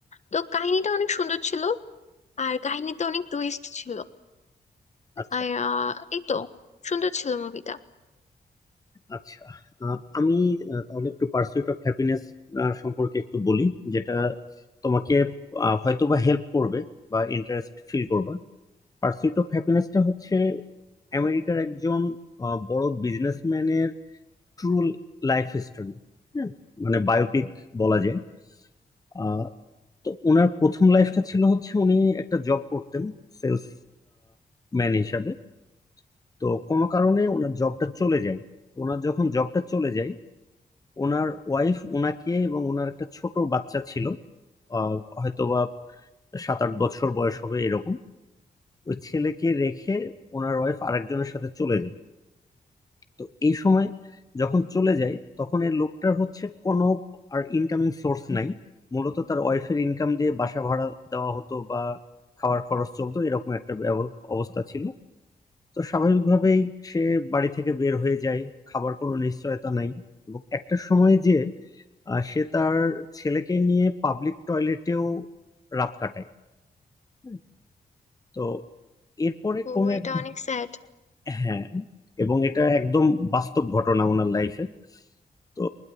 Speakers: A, on the left; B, on the left.
A: তো কাহিনীটা অনেক সুন্দর ছিল আর কাহিনীতে অনেক টুইস্ট ছিল
B: আচ্ছা
A: আর আহ, এই তো সুন্দর ছিল মুভিটা
B: আচ্ছা আহ, আমি আহ, তাহলে একটু পার্সুইট অফ হ্যাপিনেস সম্পর্কে একটু বলি যেটা তোমাকে হয়তো বা হেল্প করবে বা ইন্টারেস্ট ফিল করবে পার্সুইট অফ হ্যাপিনেসটা হচ্ছে আমেরিকার একজন আহ, বড় বিজনেসম্যানের ট্রু লাইফ হিস্টোরি হ্যাঁ মানে বায়োপিক বলা যায় আহ, তো ওনার প্রথম লাইফটা ছিল হচ্ছে উনি একটা জব করতেন সেলস ম্যান হিসাবে তো কোনো কারণে ওনার জবটা চলে যায় তো ওনার যখন জবটা চলে যায় ওনার ওয়াইফ ওনাকে এবং ওনার একটা ছোট বাচ্চা ছিল আহ, হয়তোবা সাত আট বছর বয়স হবে এরকম ওই ছেলেকে রেখে ওনার ওয়াইফ আরেকজনের সাথে চলে যায় তো এই সময় যখন চলে যায় তখন এই লোকটার হচ্ছে কোনো আর ইনকামিং সোর্স নাই মূলত তার ওয়াইফের ইনকাম দিয়ে বাসা ভাড়া দেওয়া হতো বা খাওয়ার খরচ চলতো এরকম একটা ব্যব- অবস্থা ছিল তো স্বাভাবিকভাবেই সে বাড়ি থেকে বের হয়ে যায় খাবার কোনো নিশ্চয়তা নাই এবং একটা সময় যে আহ, সে তার ছেলেকে নিয়ে পাবলিক টয়লেটেও রাত কাটায় হুম। তো এরপরে
A: তো
B: কোন
A: এটা
B: এক
A: অনেক স্যাড
B: হ্যাঁ এবং এটা একদম বাস্তব ঘটনা ওনার লাইফে তো